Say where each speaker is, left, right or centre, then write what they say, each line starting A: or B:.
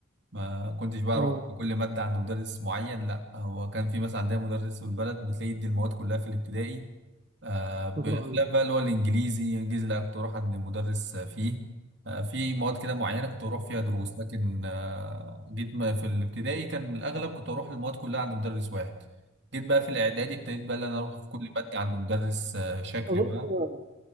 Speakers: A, on the right; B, on the right.
A: ما كنتش بقى
B: اه
A: اروح بكل ماده عند مدرس معين لا هو كان في مثلا عندنا مدرس في البلد بتلاقي يدي المواد كلها في الابتدائي آه بخلاف
B: بتروح عندك
A: بقى اللي هو الانجليزي الانجليزي لا كنت اروح عند مدرس آه، فيه آه في مواد كده معينه كنت اروح فيها دروس لكن آه جيت ما- في الابتدائي كان الاغلب كنت اروح المواد كلها عند مدرس واحد جيت بقى في الاعدادي ابتديت بقى ان انا اروح في كل ماده عند مدرس آه شكل
B: اظن
A: بقى